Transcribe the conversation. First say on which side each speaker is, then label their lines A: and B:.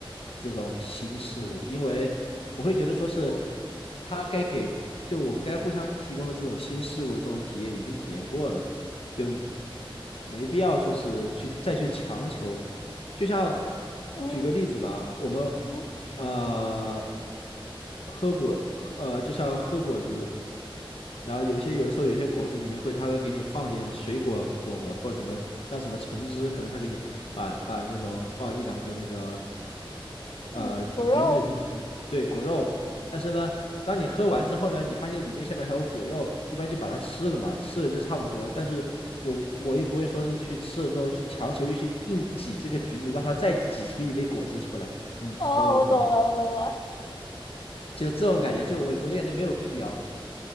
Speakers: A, on the left; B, on the left.
A: 这种新事物，因为我会觉得说是
B: 嗯
A: 他该给，就我们该互相提供的这种新事物的这种体验已经体验过了，就没必要说是去再去强求。就像
B: 嗯
A: 举个例子吧，我们
B: 嗯
A: 呃喝果喝呃，就像喝果汁，然后有一些有的时候有些果汁里面会，它会给你放点水果这种的，或者什么像什么橙汁，可能它给你把把那种放一两个那个
B: 嗯，
A: 呃橘子进去，
B: 骨肉，
A: 对，果肉，但是呢，当你喝完之后呢，你发现里面下面还有果肉，一般就把它吃了嘛，吃了就差不多。但是有我也不会说是去吃了之后去强求又去硬挤这个橘子，
B: 嗯
A: 让它再挤出一杯果汁出来。嗯，
B: 哦，
A: 懂我意思吧？
B: 我懂了，我懂了，
A: 就这种感觉，就我我就感觉没有必要。